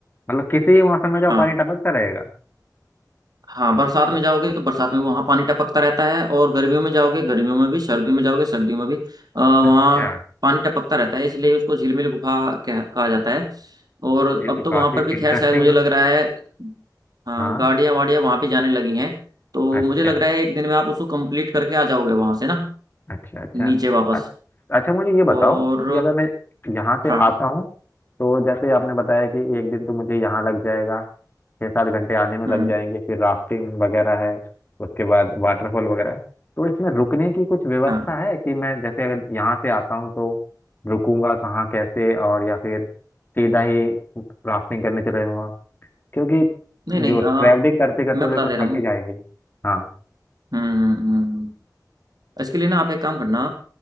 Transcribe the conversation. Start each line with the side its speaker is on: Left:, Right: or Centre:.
Left: मतलब किसी भी मौसम में
Right: हाँ।
Left: जो पानी टपकता रहेगा
Right: हाँ
Left: अच्छा
Right: बरसात में जाओगे तो बरसात में वहाँ पानी टपकता रहता है और गर्मियों में जाओगे गर्मियों में भी सर्दियों में जाओगे सर्दियों में भी अ, वहाँ
Left: अच्छा
Right: पानी टपकता रहता है इसलिए उसको झिलमिल गुफा कह, कहा जाता है और
Left: ये
Right: अब
Left: तो
Right: तो वहाँ
Left: काफी
Right: पर भी खैर
Left: इंटरेस्टिंग
Right: शायद मुझे लग रहा है हाँ
Left: हाँ
Right: गाड़ियाँ वाड़ियाँ वहाँ भी जाने लगी हैं तो
Left: अच्छा
Right: मुझे लग रहा है एक दिन में आप उसको कंप्लीट करके आ जाओगे वहाँ से ना
Left: अच्छा अच्छा
Right: नीचे वापस
Left: अच- अच्छा मुझे ये बताओ
Right: और
Left: कि अगर मैं यहाँ से
Right: हाँ
Left: आता हूँ तो जैसे आपने बताया कि एक दिन तो मुझे यहाँ लग जाएगा छः सात घंटे आने में
Right: हम्म
Left: लग जाएंगे फिर राफ्टिंग वगैरह है उसके बाद वाटरफॉल वगैरह है तो इसमें रुकने की कुछ व्यवस्था
Right: हाँ
Left: है कि मैं जैसे अगर यहाँ से आता हूँ तो रुकूंगा कहाँ कैसे और या फिर सीधा ही राफ्टिंग करने चले जाऊँगा क्योंकि
Right: नहीं नहीं
Left: जो
Right: अ,
Left: ट्रैवलिंग करते करते
Right: मैं
Left: तो
Right: बता
Left: देखो
Right: दे रहा
Left: थके
Right: हूँ
Left: जाएंगे हाँ
Right: हम्म हम्म हम्म, हम्म। हम्म, इसके लिए ना आप एक काम करना